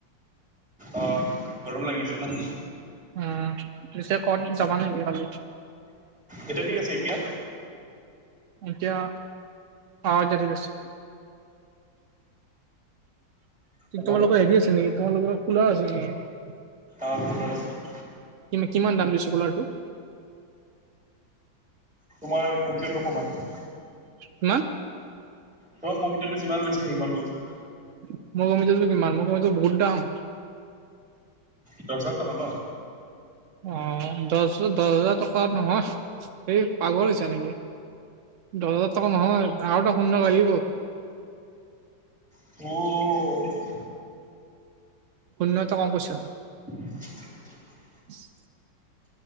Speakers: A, in the centre; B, on the right.
A: অ গৰম লাগিছে ন
B: উম পিছে ক'ত যাবা নেকি কালি?
A: এতিয়া ঠিক আছে এতিয়া
B: এতিয়া অ এতিয়া ঠিক আছে।
A: হেল্ল'
B: তোমালোকৰ হেৰি আছে নেকি তোমালোকৰ কুলাৰ আছে নেকি
A: অ কুলাৰ আছে
B: কিমি কিমান দাম লৈছে কুলাৰটো
A: তোমাৰ কম্পিউটাৰ টো সমান
B: কিমান
A: ত কম্পিতাৰটো যিমান লৈছে সিমান লৈছে
B: মোৰ কম্পিউটাৰটো কিমান দাম মোৰ কম্পিউটাৰটো বহুত দাম।
A: দহ হাজাৰ টকা ন
B: অ দহ দহ হাজাৰ টকা নহয় সেই পাগল হৈছো নেকি দহ হাজাৰ টকা নহয় আৰু এটা শূন্য লাগিব
A: ওঅ
B: শূন্য এটা কম কৈছা
A: <unintelligible>
B: <unintelligible>